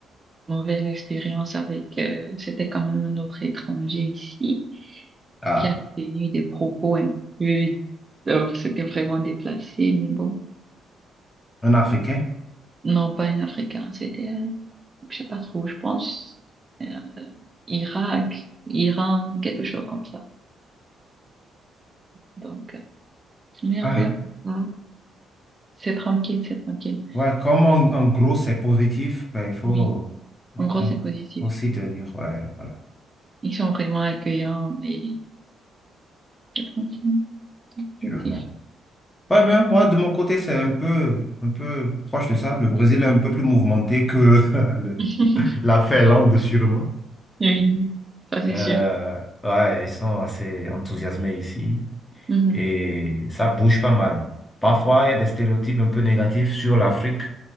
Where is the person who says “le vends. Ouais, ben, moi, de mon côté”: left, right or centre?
Left